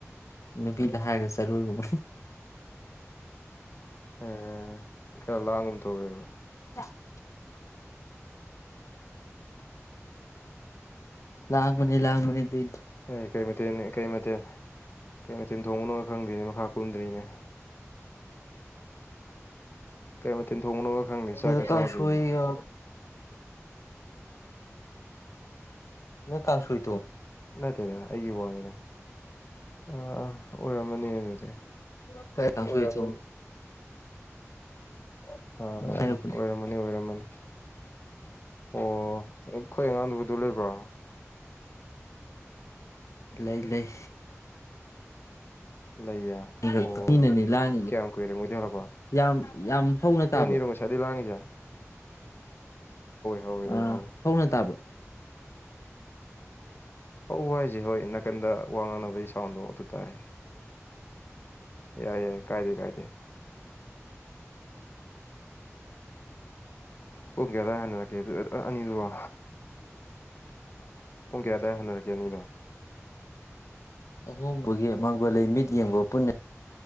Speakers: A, on the left; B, on the left.
A: ꯅꯨꯄꯤꯗ ꯍꯥꯏꯔꯒ ꯆꯔꯨꯒꯨꯝ
B: <unintelligible> ꯈꯔ ꯂꯥꯡꯒꯨꯝ <unintelligible>
A: <inaudible> ꯂꯥꯡ ꯕꯅꯤ ꯂꯥꯡꯕꯅꯤ ꯑꯗꯨꯏꯅꯤ ꯫
B: ꯑꯦ ꯀꯩ ꯃꯊꯦꯜ ꯀꯩ ꯃꯊꯦꯜ ꯀꯩ ꯃꯊꯦꯜ ꯊꯣꯡꯕꯅꯣ ꯈꯪꯗꯦꯅꯦ ꯃꯈ ꯀꯨꯟꯗ꯭ꯔꯤꯅꯦ ꯀꯩ ꯃ ꯊꯦꯟꯊꯣꯡꯅꯕ ꯈꯪꯗꯦ ꯆꯥꯛꯀ
A: ꯀꯩꯅꯣ ꯀꯥꯡꯁꯣꯏꯒ
B: ꯆꯥꯗ꯭ꯔꯤ
A: ꯑꯣ ꯀꯪꯁꯣꯏ
B: ꯅꯠꯇꯦꯗꯥ ꯑꯩꯒꯤ ꯋꯥꯅꯤꯅ꯫ ꯑ ꯑꯣꯏꯔꯝꯃꯅꯤ ꯑꯗꯨꯗꯤ꯫
A: <unintelligible>
B: <inaudible> ꯑ ꯑꯣꯏꯔꯝꯃꯅꯤ
A: ꯍꯥꯏꯔꯛꯄꯅꯦ
B: ꯑꯣꯏꯔꯝꯃꯅꯤ ꯑꯣ ꯑꯩꯈꯣꯏ ꯑꯉꯥꯡꯗꯨꯕꯨꯗꯨ ꯂꯩꯕ꯭ꯔꯣ?
A: ꯂꯩ ꯂꯩ꯫
B: ꯂꯩꯌꯦ
A: <unintelligible>
B: ꯑꯣ
A: ꯂꯥꯡꯉꯤꯁꯦ
B: ꯀꯌꯥꯝ ꯀꯨꯏꯔꯦ ꯃꯣꯏꯗꯤ ꯍꯜꯂꯛꯄ
A: ꯌꯥꯝ ꯌꯥꯝ ꯍꯧꯅ ꯇꯥꯕ꯭ꯔꯣ
B: ꯃꯣꯏꯅꯤꯔꯣ ꯉꯥꯁꯥꯏꯗꯩ ꯂꯥꯡꯉꯤꯖꯦ? ꯍꯧꯋꯦ ꯑꯗꯨꯝ
A: ꯑ
B: ꯍꯧꯋꯦ
A: ꯍꯧꯅ ꯇꯥꯕ꯭ꯔꯣ?
B: ꯍꯧꯕ ꯍꯤꯏꯖꯦ ꯍꯣꯏ ꯅꯥꯀꯟꯗ ꯋꯥ ꯉꯥꯡꯅꯕꯒꯤ ꯁꯥꯎꯟꯗꯣ ꯑꯗꯨ ꯇꯥꯏ ꯌꯥꯏ- ꯌꯥꯏ ꯀꯥꯏꯗꯦ - ꯀꯥꯏꯗꯦ꯫ ꯄꯨꯡ ꯀꯌꯥ ꯑꯗꯥꯏ ꯍꯟꯅꯔꯛꯀꯦ ꯗꯨ ꯑ ꯑ ꯑ ꯑꯅꯤꯗꯨꯕꯨ? ꯄꯨꯡ ꯀꯌꯥ ꯑꯗꯥꯏ ꯍꯟꯅꯔꯛꯀꯦ ꯑꯅꯤꯗꯣ?
A: ꯑꯍꯣꯡꯕꯒꯤ ꯃꯥꯡꯒꯣꯜꯂꯩ ꯃꯤꯠ ꯌꯦꯡꯕ ꯄꯨꯟꯅ